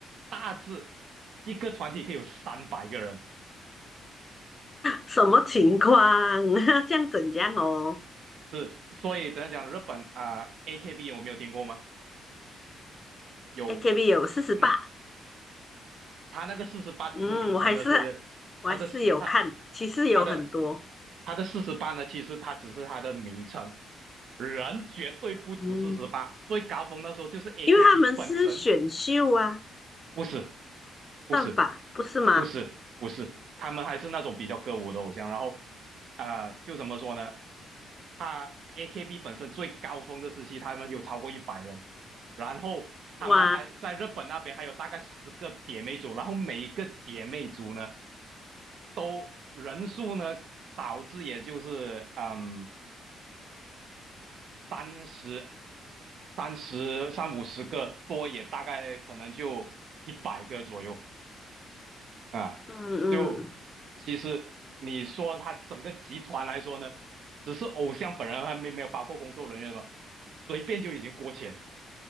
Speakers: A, on the right (about 65°); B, on the left (about 25°).
A: 大字一个团体可以有三百个人，
B: 什么情况？<laughs> 这样怎样哦
A: 是，所以怎样讲，日本啊、AKB 有没有听过吗？有，
B: ？AKB 有四十八，
A: 嗯，他那个四十八只是名称的是他的他。
B: 嗯，我还是我还是有看，其实有很多，
A: 他的他的四十八呢，其实他只是他的名称，人绝对不止四十八。
B: 嗯，
A: 最高峰那时候就是 AKB
B: 因为他们是选秀啊，
A: 本身，不是不是
B: 算吧，不是吗？
A: 不是不是，他们还是那种比较歌舞的偶像。然后呃，就怎么说呢？他 AKB 本身最高峰的时期，他们有超过一百人，然后他们还在日本那边还有大概十个姐妹组，
B: 哇，
A: 然后每一个姐妹组呢都人数呢少至也就是嗯。三十、三十、三五十个，多也大概可能就一百个左右啊。
B: 嗯嗯，
A: 就其实你说他整个集团来说呢，只是偶像本人还没没有包括工作人员嘛，随便就已经过千。